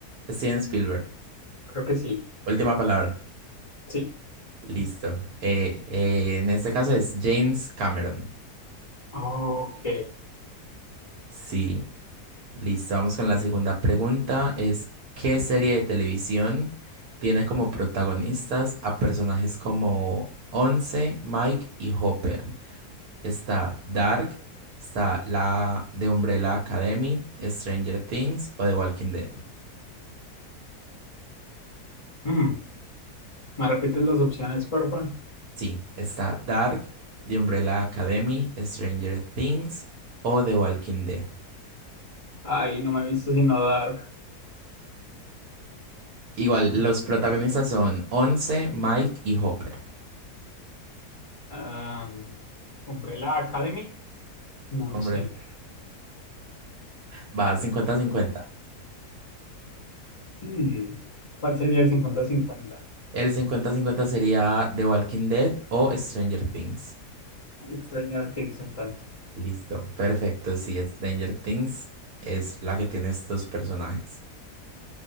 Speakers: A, on the right (about 75°); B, on the left (about 30°).
A: Steven Spielberg.
B: Creo que sí.
A: Última palabra.
B: Sí.
A: Listo. Eh, eh, en este caso es James Cameron.
B: Ok.
A: Sí. Listo, vamos con la segunda pregunta. Es, ¿qué serie de televisión tiene como protagonistas a personajes como Once, Mike y Hopper? Está Dark, está la de Umbrella Academy, Stranger Things o The Walking Dead.
B: Mm, ¿Me repites las opciones, porfa?
A: Sí, está Dark, The Umbrella Academy, Stranger Things o The Walking Dead.
B: Ay, no me he visto sino Dark.
A: Igual,
B: Mm,
A: los protagonistas son Once, Mike y Hopper.
B: am, Umbrella Academy. No,
A: Hombre,
B: no sé.
A: va cincuenta cincuenta
B: Mm, ¿Cuál sería el cincuenta-cincuenta?
A: El cincuenta cincuenta sería The Walking Dead o Stranger Things.
B: Stranger Things, entonces.
A: Listo, perfecto. Sí, Stranger Things es la que tiene estos personajes.